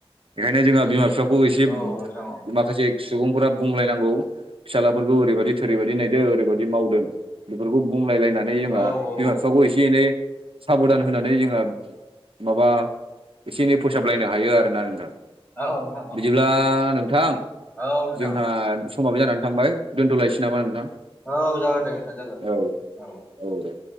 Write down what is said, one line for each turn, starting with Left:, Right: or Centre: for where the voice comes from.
Right: बेखायनो जोंहा बिमा बिफा खौ एसे
Left: औ नोंथां औ
Right: माखासे सुबुंफोरा बुंलायनांगौ। फिसालाफोरखौ ओरैबायदि थोरैबायदि नायदो ओरैबायदि मावदों बेफोरखौ बुंलायलायना नै जोंहा
Left: औ औ
Right: बिमा
Left: औ
Right: बिफाखौ एसे एनै साबधान होनानै जोंहा माबा एसे एनै फोसाबलायनो हायो आरोना नोंथां।
Left: औ नोंथां औ
Right: बिदिब्ला नोंथां
Left: औ नोंथां
Right: जोंहा समाबो जानानै थांबाय दोन्थ'लायसै नामा नोंथां?
Left: औ जागोन दे नोंथां जागोन
Right: औ
Left: औ
Right: औ दे